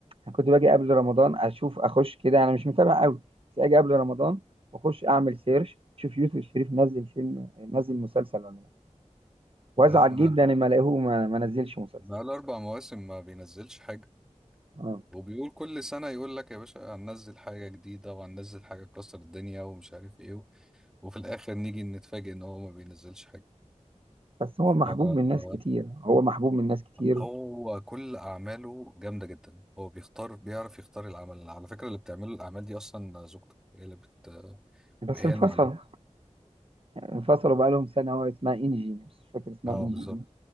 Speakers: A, on the right (about 45°); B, in the centre.
A: انا كنت باجي قبل رمضان اشوف اخش كده انا مش متابع قوي بس اجي قبل رمضان واخش اعمل سيرش اشوف يوسف شريف نزل فيلم نزل مسلسل ولا لا وازعل
B: لا ما
A: جدا لما الاقيه ما ما نزلش مسلسل
B: بقاله أربع مواسم ما بينزلش حاجة
A: اه
B: وبيقول كل سنة يقول لك يا باشا هننزل حاجة جديدة وهننزل حاجة تكسر الدنيا ومش عارف إيه و- وفي الآخر نيجي نتفاجئ إن هو ما بينزلش حاجة
A: بس هو محبوب
B: ف-
A: من ناس كتير هو محبوب من ناس كتير
B: هو كل أعماله جامدة جدا هو بيختار بيعرف يختار العمل على فكرة اللي بتعمله الأعمال دي أصلا زوجته هي اللي بت
A: بس
B: هي
A: انفصل
B: المؤلفة
A: انفصلوا بقالهم سنة هو اسمها انجي مش فاكر اسمها
B: اه
A: انجي
B: بالظبط
A: ايه